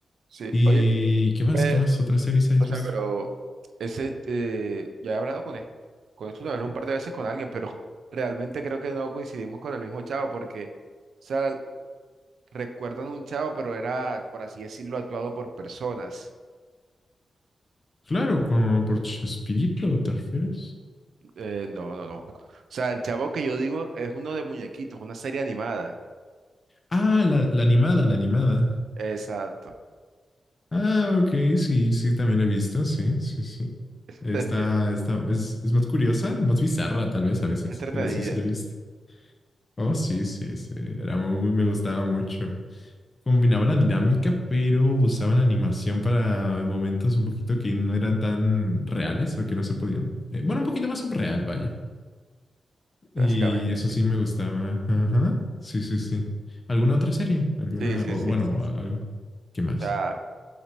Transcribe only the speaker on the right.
Sí,
oye,
pero,
o sea,
pero ese, eh, ya he hablado con esto, con esto hablé un par de veces con alguien, pero <laughs> realmente creo que no coincidimos con el mismo chavo, porque, o sea, recuerdan un chavo, pero era, por así decirlo, actuado por personas.
Eh, no, no, no. O sea, el chavo que yo digo es uno de muñequitos, una serie animada.
Exacto.
<laughs>
Es entretenida,
básicamente,
sí.
Sí, sí,
sí,
sí. sí.
O sea,